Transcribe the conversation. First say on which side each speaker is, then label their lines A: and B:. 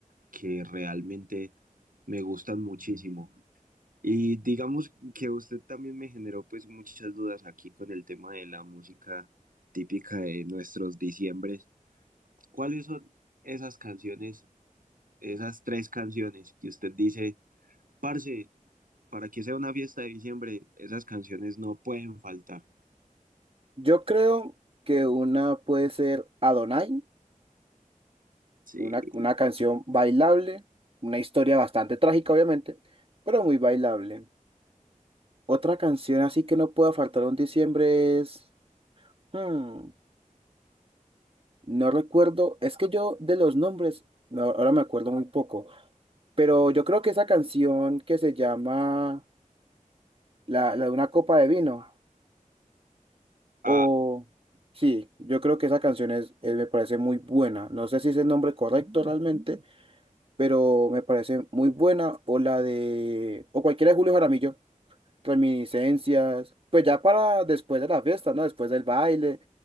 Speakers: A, on the right (about 80°); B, on the right (about 40°).
A: que realmente me gustan muchísimo. Y digamos que usted también me generó pues muchas dudas aquí con el tema de la música típica de nuestros diciembres. ¿Cuáles son esas canciones, esas tres canciones que usted dice, parce, para que sea una fiesta de diciembre, esas canciones no pueden faltar?
B: yo creo que una puede ser Adonai,
A: Sí.
B: una, una canción bailable, una historia bastante trágica, obviamente, pero muy bailable. Otra canción así que no pueda faltar en diciembre es... hmm, no recuerdo, es que yo de los nombres, no, ahora me acuerdo muy poco, pero yo creo que esa canción que se llama La, la de una copa de vino,
A: Ah,
B: o sí, yo creo que esa canción es, eh, me parece muy buena, no sé si es el nombre correcto realmente, pero me parece muy buena, o la de, o cualquiera de Julio Jaramillo. reminiscencias, pues ya para después de la fiesta, ¿no? Después del baile,